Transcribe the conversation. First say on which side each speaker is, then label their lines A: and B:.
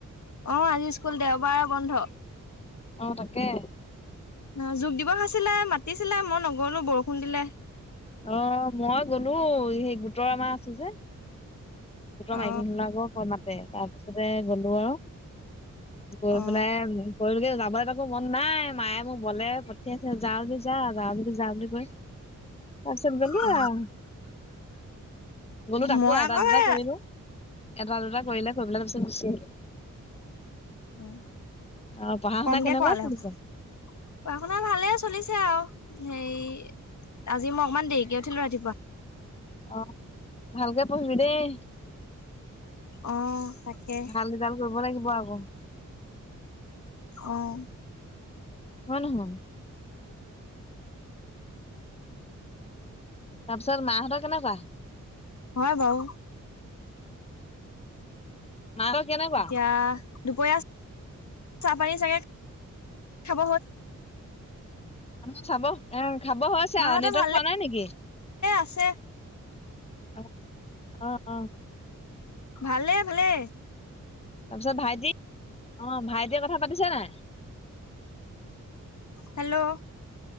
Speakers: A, on the left; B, on the left.
A: অ আজি স্কুল দেওবাৰ বন্ধ
B: অ তাকে।
A: ন জোগ দিবসাইছিলে, মাতিছিলে, মই নগলো বৰষুণ দিলে।
B: অ মই গলো সেই গোটৰমাহ আছে যে। গোটৰ মাইকী
A: অ
B: মানুহবিলাকক ক মাতে তাৰপিছত তাতে গলেও গৈ
A: অ
B: পেলাই কৰিলে যাবলৈ একো মন নাই, মায়ে মোক বলে পঠিয়াইছে, যা যদি যা যাওঁ যদি যা বুলি কৈ তাৰপিছত গ'লো
A: অ
B: আৰু, গলো তাকো
A: মই
B: এটা
A: আকৌ
B: দু
A: সেই
B: এটা-দুটা কৰিলে, কৰি পেলাই তাৰিছত গুছি আহিলো।
A: উ
B: অ পঢ়া শুনা
A: কমকে
B: কেনেকুৱা
A: কোৱালে
B: চলিছে
A: হব, পঢ়া-শুনা ভালে চলিছে আৰু। হেই আজি মই অকমান দেৰিকে উঠিলো ৰাতিপুৱা।
B: আহ, ভালকে পঢ়িবি দেই।
A: অ'। তাকে
B: ভাল ৰিজাল্ট কৰিব লাগি <inaudible>
A: আহ
B: হয় নহয় তাৰপিছত মাহঁতৰ কেনেকুৱা?
A: হয় বাৰু
B: <unintelligible> কেনেকুৱা
A: এতিয়া দুপৰীয়া চাহপানী চাগে খাব
B: মানুহ চাব এ খাব হৈছে
A: মাহঁতৰ
B: আৰু নেটৱৰ্ক
A: ভালে
B: পোৱা নাই নেকি?
A: আছে
B: আহ, আহ, আহ।
A: ভালে-ভালে
B: তাৰপিছত ভাইটি, অ ভাইট এতিয়া কথা পাতিছে নাই?
A: হেল্ল'